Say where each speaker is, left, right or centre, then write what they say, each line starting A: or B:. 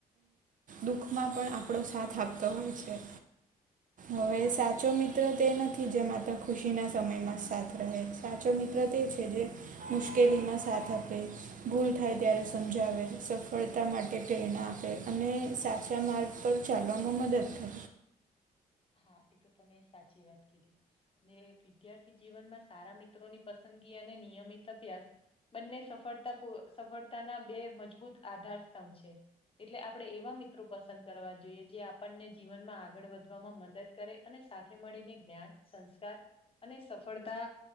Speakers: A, on the right; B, on the left.
A: દુઃખમાં પણ આપણો સાથ આપતો હોય છે હવે
B: હા
A: સાચો મિત્ર તે ન થી જે માત્ર ખુશી ના સમય માં સાથ રહે સાચો મિત્ર તે છે જે મુશ્કેલીમાં સાથ આપે, ભૂલ થાય ત્યારે સમજાવે, સફળતા માટે એ પ્રેરણા આપે અને સાચા માર્ગ પર ચાલવામાં મદદ કરે.
B: હા, એ તો તમે સાચી વાત કીધી. જે વિદ્યાર્થી જીવનમાં સારા મિત્રોની પસંદગી અને નિયમિત અભ્યાસ બંને સફળતા સફળતાના બે મજબૂત આધાર સ્તંભ છે. એટલે આપણે એવા મિત્રો પસંદ કરવા જોઈએ. જે આપણને જીવનમાં આગળ વધ મદદ કરે અને સાથે મળીને જ્ઞાન, સંસ્કાર અને સફળતા